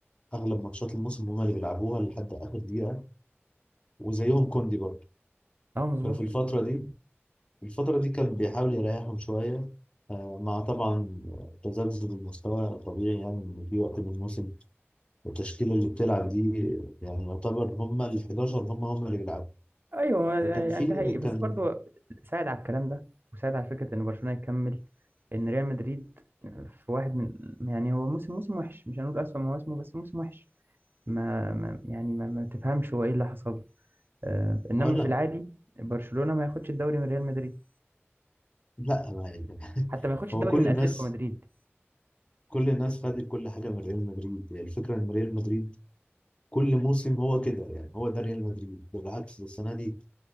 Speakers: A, on the left (about 25°); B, on the right (about 55°).
A: اغلب ماتشات الموسم هم اللي بيلعبوها لحد اخر دقيقه وزيهم كوندي برضه
B: اه مظبوط
A: ففي الفترة دي الفترة دي كان بيحاول يريحهم شوية آه، مع طبعا آه، تذبذب المستوى الطبيعي يعني إن في وقت من الموسم التشكيلة اللي بتلعب دي يعني يعتبر هما ال 11 هما هما اللي بيلعبوا
B: ايوه ما-
A: فكان في
B: يعني ده حقيقي
A: كان
B: بس برضه ساعد على الكلام ده وساعد على فكره ان برشلونه يكمل ان ريال مدريد في واحد من يعني هو موسم موسم وحش مش هنقول اسوأ مواسمه بس موسم وحش ما, ما يعني ما, ما تفهمش هو ايه اللي حصل له. آه انما
A: هقول
B: في
A: لك
B: العادي برشلونه ما ياخدش الدوري من ريال مدريد
A: لا ما يعني
B: حتى
A: <laughs>
B: ما ياخدش
A: هو
B: الدوري
A: كل
B: من اتلتيكو
A: الناس
B: مدريد
A: كل الناس خدت كل حاجة من ريال مدريد يعني الفكرة إن ريال مدريد كل موسم هو كده يعني هو ده ريال مدريد ده بالعكس ده السنة دي